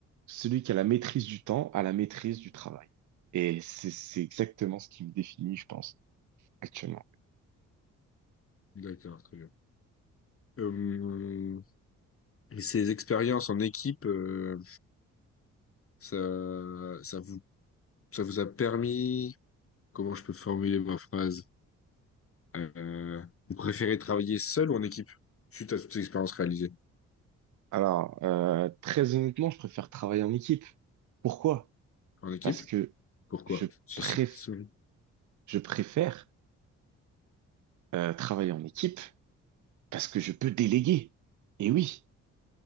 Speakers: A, on the right; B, on the left.
A: celui qui a la maîtrise du temps a la maîtrise du travail. Et c'est c'est exactement ce qui me définit, je pense, actuellement.
B: D'accord, très bien. Euh, et ces expériences en équipe, euh, ça, ça vous, ça vous a permis, comment je peux formuler ma phrase? Euh, vous préférez travailler seul ou en équipe? Suite à toutes ces expériences réalisées.
A: Alors, euh, très honnêtement, je préfère travailler en équipe. Pourquoi?
B: En équipe?
A: Parce que
B: Pourquoi?
A: je
B: Ça,
A: préf-
B: c'est- ça-
A: je préfère euh, travailler en équipe parce que je peux déléguer. Et oui,